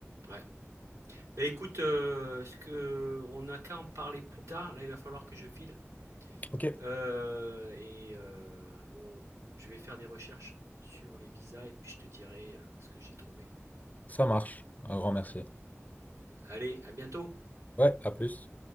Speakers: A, on the right (about 75°); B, on the left (about 35°).
A: ouais. Mais écoute, euh, ce que on n'a qu'à en parler plus tard. Là, il va falloir que je file.
B: Ok,
A: Euh, et euh, on- je vais faire des recherches sur les visas et puis je te dirai euh, ce que j'ai trouvé.
B: ça marche. Un grand merci.
A: Allez, à bientôt!
B: Ouais, à plus.